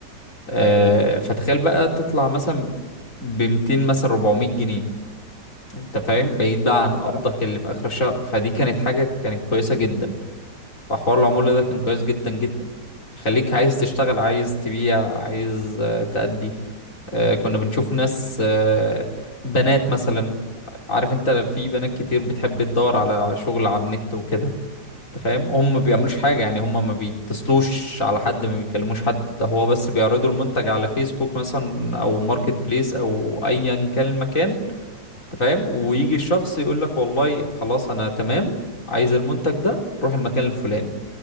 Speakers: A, on the left (about 45°); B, on the right (about 85°).
A: آه
B: ايوه
A: فتخيل بقى تطلع مثلا ب 200 مثلا 400 جنيه انت فاهم بعيد بقى
B: يوم
A: عن
B: قرا،
A: قبضك اللي في اخر الشهر فدي كانت حاجه كانت كويسه جدا فحوار العمولة ده كان كويس جدا جدا يخليك عايز تشتغل عايز تبيع عايز آه، تأدي آه، كنا بنشوف ناس آه، بنات مثلا عارف انت في بنات كتير بتحب تدور على شغل على النت وكده انت فاهم هم ما
B: ايوه
A: بيعملوش
B: أكيد.
A: حاجة يعني هم ما بيتصلوش على حد ما بيكلموش حد ده هو بس بيعرضوا المنتج على فيسبوك مثلا او ماركت بليس او ايا كان المكان انت فاهم ويجي الشخص يقول لك والله خلاص انا تمام عايز المنتج ده روح المكان الفلاني